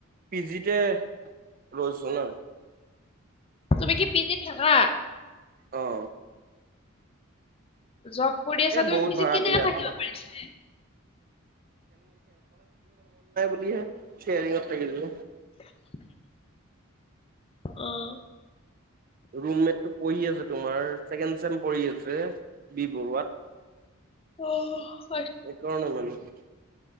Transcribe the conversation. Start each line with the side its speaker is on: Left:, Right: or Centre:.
Right: পি জিতে লৈছো ন
Left: তুমি কি পিজিত থাকা
Right: অহঁ
Left: জব কৰি আছা তুমি
Right: বহুত
Left: পিজিত
Right: ভাড়া
Left: কেনেকে
Right: বিৰাট
Left: থাকিব পাৰিছে
Right: ইয়ে চিয়েৰিং ত থাকিলো
Left: <unintelligible> অহ
Right: ৰুমমেট টো পঢ়ি আছে তোমাৰ ছেকেণ্ড চেম পঢ়ি আছে বি বৰুৱাত
Left: উম
Right: এই ক ন মানে <unintelligible>